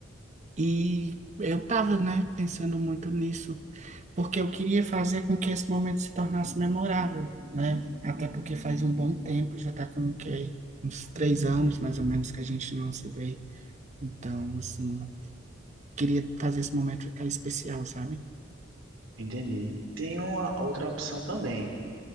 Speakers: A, on the right (about 35°); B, on the right (about 80°).
A: E eu tava, né, pensando muito nisso, porque eu queria fazer com que esse momento se tornasse memorável, né? Até porque faz um bom tempo, já tá com o quê? Uns três anos, mais ou menos, que a gente não se vê. Então, assim, queria fazer esse momento ficar especial, sabe?
B: Entendi. Tem uma outra opção também,